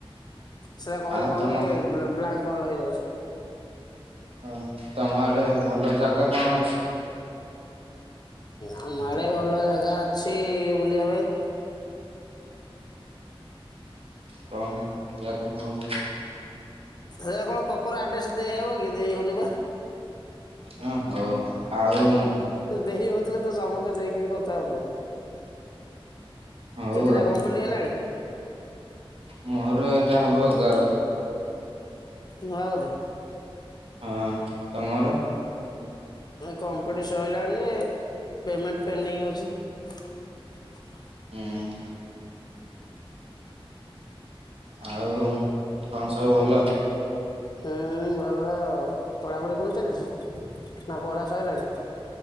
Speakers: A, on the left; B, on the right.
A: ସେଟା କହିଲେ
B: ଆଉ
A: କଣ
B: ତମ
A: କି ବ୍ଲାଙ୍କ୍ କଲ ହେଇଯାଉଛି।
B: ଓ ତମ ଆଡେ ଭଲ ଜାଗା କଣ ଅଛି?
A: ଆମ ଆଡେ ଭଲ ଜାଗା ଅଛି ବୁଲିବା ପାଇଁ
B: କଣ ଯାଗା କଣ?
A: ସେ କଣ ପ୍ରପର ଆଡ୍ରେସ ଦେଇହବ କି ଦେଇହଉନି ପା।
B: ହଁ ହଉ ଆଉ
A: ଦେହି ହଉଥିଲେ ତ ସମସ୍ତେ ଦେଇକିରି କଥା ହନ୍ତେ।
B: ହଉ
A: କେତେଟା
B: ଆଉ
A: କମ୍ପ୍ଲିଟ ହେଲାଣି?
B: ମୋର ଏଇଟା ହବ ଏଗାର।
A: ନୁଆ ବଧେ।
B: ହଁ ତମର?
A: କମ୍ପିଟି ସରିଲାଣି ଯେ ପେମେଣ୍ଟ ପେଣ୍ଡିଙ୍ଗ ଅଛି।
B: ହୁଁ। ଆଉ କଣ ସବୁ ଭଲ?
A: ହୁଁ ଭଲ ଆଉ ପଢ଼ାପଢ଼ି କଣ ଚାଲିଛି ନା ପଢ଼ା ସଇଲାଣି?